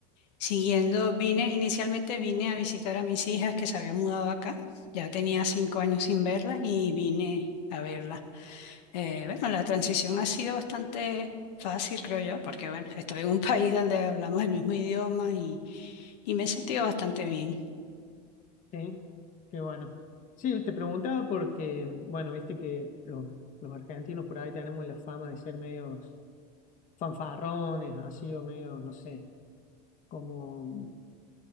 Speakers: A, on the left; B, on the left.
A: siguiendo, vine, inicialmente vine a visitar a mis hijas que se habían mudado acá, ya tenía cinco años sin verlas y vine a verlas. Eh, bueno, la transición ha sido bastante fácil, creo yo, porque bueno, estoy en un <laughs> país donde hablamos el mismo idioma y, y me he sentido bastante bien.
B: Sí, qué bueno. Sí, te preguntaba porque, mm, bueno, viste que los, los argentinos por ahí tenemos la fama de ser medios fanfarrones, así o medios, no sé, como... mm,